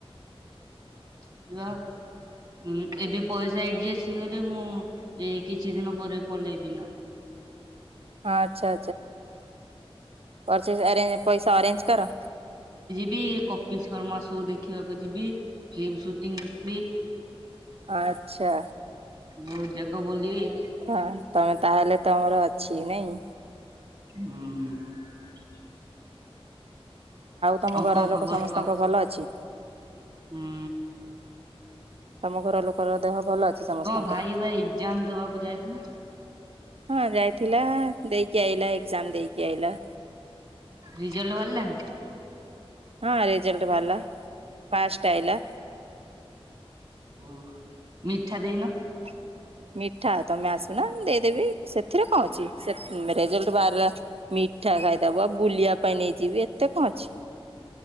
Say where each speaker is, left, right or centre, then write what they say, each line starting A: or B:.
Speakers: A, on the right; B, on the right.
A: <unintelligible> ହଁ ଏବେ ପଇସା ଏଡଜଷ୍ଟ ହେଇଗଲେ ମୁଁ ଯାଇ କିଛି ଦିନ ପରେ ପଲେଇବି ନା
B: ଅଚ୍ଛା ଆଚ୍ଛା ଏଇ ରେ ପଇସା ଅରେଞ୍ଜ କର।
A: ଏବେ କପିଲ ଶର୍ମା ସୋ ଦେଖିବାକୁ ଯିବି। ଫିଲ୍ମ ସୁଟିଂ ଦେଖିବି
B: ଆଚ୍ଛା
A: ବହୁତ ଜାଗ ବୁଲିବି।
B: ହଁ ତମେ ତାହେଲେ ତମର ଅଛି ନାଇଁ।
A: ହଁ।
B: ତମ
A: ଆଉ
B: ଘର
A: କଣ
B: ଲୋକ
A: ଖବର
B: ସମସ୍ତଙ୍କ
A: କହ
B: ଭଲ ଅଛି?
A: ହୁଁ।
B: ତମ ଘର ଲୋକର ଦେହ। ଭଲ ଅଛି ସମସ୍ତଙ୍କର?
A: ତମ ଭାଇ ଭାଇ ଇଜାମ ଦେବାକୁ ଯାଇଥିଲ।
B: ହଁ ଯାଇଥିଲା ଦେଇକି ଆଇଲା ଏକଜାମ ଦେଇକି ଆଇଲା।
A: ରିଜଲଟ ବାଲିଲାଣି?
B: ହଁ ରେଜଲ୍ଟ ବାହାରିଲା ପାଷ୍ଟ ଆଇଲା।
A: ଓ ମିଠା ଦେଇନ?
B: <unintelligible> ମିଠା ତମେ ଆସୁନା ଦେଇଦେବି ସେଥିରେ କଣ ଅଛି ସେ ରେଜଲ୍ଟ ବା ମିଠା ଖାଇଦବ ବୁଲିବା ପାଇଁ ନେଇଯିବି ଏତେ କଣ ଅଛି।